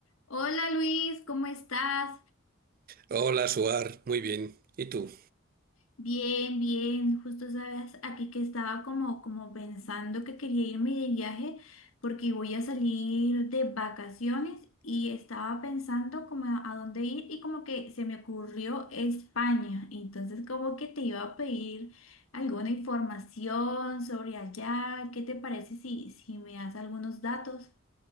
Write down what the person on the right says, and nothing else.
Hola, Suar, muy bien. ¿Y tú?